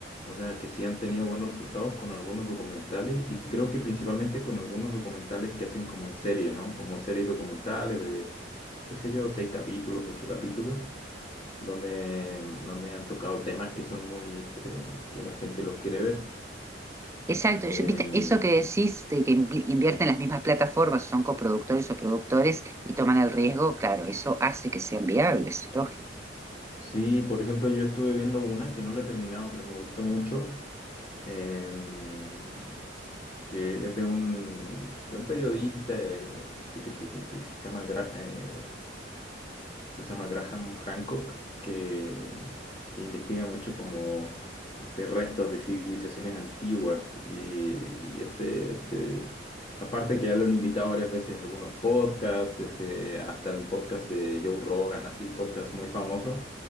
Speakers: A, on the left (about 30°); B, on the right (about 15°).
A: O sea, que sí han tenido buenos resultados con algunos documentales y creo que principalmente con algunos documentales que hacen como en serie, ¿no? Como series documentales de, qué sé yo, seis capítulos, ocho capítulos donde, donde han tocado temas que son muy, este, que la gente los quiere ver.
B: Exacto,
A: Em,
B: yo- viste, eso que decís de que invi- invierten las mismas plataformas, son coproductores o productores y toman el riesgo, claro, eso hace que sean viables, lógico.
A: sí, por ejemplo, yo estuve viendo una que no la he terminado, pero me gustó mucho, em, que es de un, de un periodista eh, este que se, que, se que se llama Graham creo que se llama Graham Hancock, que, que investiga mucho como este, restos de civilizaciones antiguas. Y, y ese, este, aparte que ya lo han invitado varias veces a algunos podcasts, este, hasta el podcast de Joe Rogan, así, podcast muy famoso.